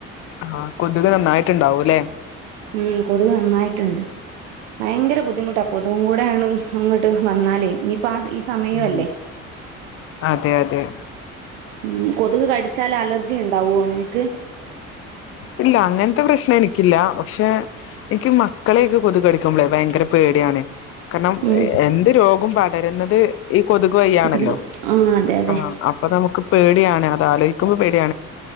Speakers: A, on the left; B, on the right.
A: ആ കൊതുക് നന്നായിട്ടുണ്ടാവൂല്ലേ
B: ഉം കൊതുക് നന്നായിട്ട്ണ്ട്. ഭയങ്കര ബുദ്ധിമുട്ട കൊതുകും കൂടേണ് ഇങ്ങട്ട് വന്നാലെ ഇനി പ്പാ ഈ സമയൊല്ലെ
A: ഉം അതെ അതെ
B: ഉം കൊതുക് കടിച്ചാൽ അലർജി ഇണ്ടാവോ നിനക്ക്
A: ഇല്ല അങ്ങൻത്തെ പ്രശ്നം എനിക്കില്ല പക്ഷെ എൻക്ക് മക്കളെയൊക്കെ കൊത്കടിക്കുമ്പളെ ഭയങ്കര പേടിയാണ് കണം
B: ഉം
A: എന്ത് രോഗൊം ബാ തെരുന്നത് ഈ കൊതുക് വയ്
B: കൊതുകിലോ
A: ആണല്ലോ
B: ആഹ് അതെ അതെ
A: ആഹ് അപ്പ നമുക്ക് പേട് ടിയാണ് അതാലോയ്ക്കുമ്പം പേടി